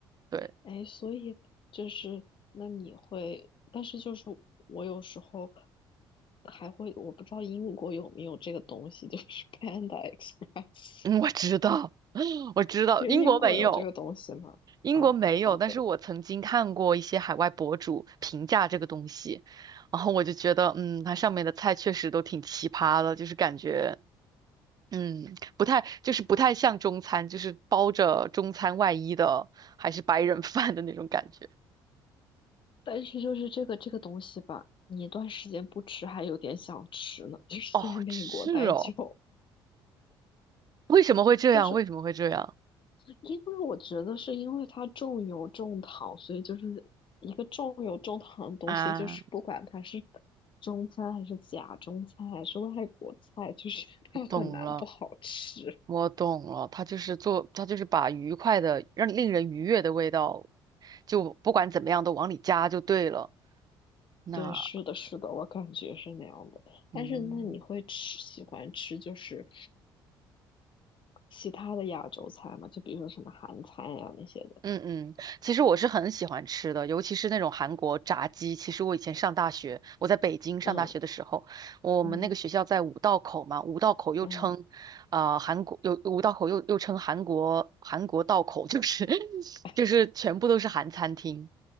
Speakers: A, on the right (about 35°); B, on the left (about 45°).
A: 对，
B: 哎，所以就是那你会，但是就是我有时候还会，我不知道英国有没有这个东西，就是 <laughs> Panda Express，
A: 嗯，我知道，我知道，
B: 就英国有这个东西吗？
A: 英国没有。英国没有，
B: 啊，好的，
A: 但是我曾经看过一些海外博主评价这个东西，然后我就觉得，嗯，它上面的菜确实都挺奇葩的，就是感觉，嗯，不太，就是不太像中餐，就是包着中餐外衣的，还是白人 <laughs> 饭的那种感觉。
B: 但是就是这个这个东西吧，你一段时间不吃还有点想吃呢，就是在美国待久
A: 哦，是哦，为什么会这样？
B: 了，<laughs> 就是
A: 为什么会这样
B: 因为我觉得是因为它重油重糖，所以就是一个重油重糖的东西，
A: 啊？
B: 就是不管它是中餐还是假中餐还是外国菜，就是它很难不好吃。
A: 懂了，我懂了，他就是做，他就是把愉快的，让令人愉悦的味道，就不管怎么样都往里加就对了。那。
B: 对，是的，是的，我感觉是那样的。但是那你会吃，
A: 嗯
B: 喜欢吃就是其他的亚洲菜吗？就比如说什么韩餐呀、那些的。
A: 嗯嗯，其实我是很喜欢吃的，尤其是那种韩国炸鸡。其实我以前上大学，我在北京上大学的时候，
B: 嗯
A: 我们那个学校在五道口嘛，
B: 嗯
A: 五道口又称，
B: 嗯，
A: 呃，韩国有五道口又又称韩国韩国道口，就是 <laughs>
B: <laughs> 哎，
A: 就是全部都是韩餐厅，